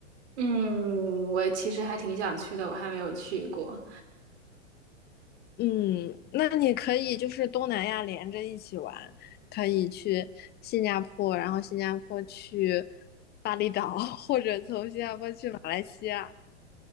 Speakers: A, on the right (about 65°); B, on the left (about 25°).
A: 嗯，我其实还挺想去的，我还没有去过。
B: 嗯，那你可以就是东南亚连着一起玩，可以去新加坡，然后新加坡去巴厘岛，<laughs> 或者从新加坡去马来西亚。